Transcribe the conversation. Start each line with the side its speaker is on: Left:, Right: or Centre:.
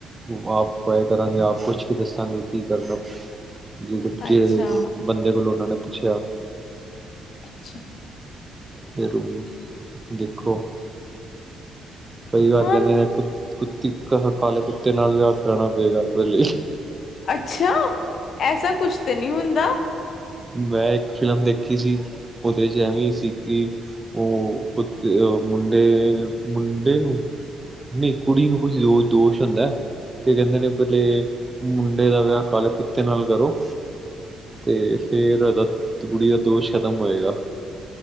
Right: ਉਪਾ ਉਪਾਏ ਕਰਾਂਗੇ ਆਪ ਕੁਛ ਵੀ ਦੱਸਾਂਗੇ ਕੀ ਕਰਨਾ। ਜ ਜਿਹ
Left: ਅੱਛਾ
Right: ਬੰਦੇ ਕੋਲੋਂ ਉਹਨਾਂ ਨੇ ਅੱਛਾ।
Left: ਅੱਛਾ।
Right: ਫ਼ੇਰ ਦੇਖੋ। ਕਈ ਵਾਰ
Left: ਹਾਂ
Right: ਕਹਿੰਦੇ ਨੇ ਕੁਛ ਕੁੱਤੀ ਕ ਕਾਲੇ ਕੁੱਤੇ ਨਾਲ ਵੀਆ ਕਰਾਣਾ ਪਏਗਾ ਪਹਿਲੇ।
Left: ਅੱਛਾ! ਐਸਾ ਕੁਛ ਤੇ ਨਹੀ ਹੁੰਦਾ।
Right: ਮੈਂ ਇੱਕ ਫਿਲਮ ਦੇਖੀ ਸੀ, ਉਹਦੇ ਚ ਐਵੇਂ ਸੀ ਕਿ ਉਹ ਕੁੱਤੇ ਆ ਮੁੰਡੇ ਮੁ ਮੁਡੇ ਨੂੰ, ਨਹੀਂ ਕੁੜੀ ਨੂੰ ਕੁਛ ਦੋ ਦੋਸ਼ ਹੁੰਦਾ, ਤੇ ਕਹਿੰਦੇ ਨੇ ਪਹਿਲੇ ਮੁੰਡੇ ਦਾ ਵਿਆਹ ਕਾਲੇ ਕੁੱਤੇ ਨਾਲ ਕਰੋ, ਤੇ ਫੇਰ ਉਹਦਾ ਕੁੜੀ ਦਾ ਦੋਸ਼ ਖਤਮ ਹੋਏਗਾ।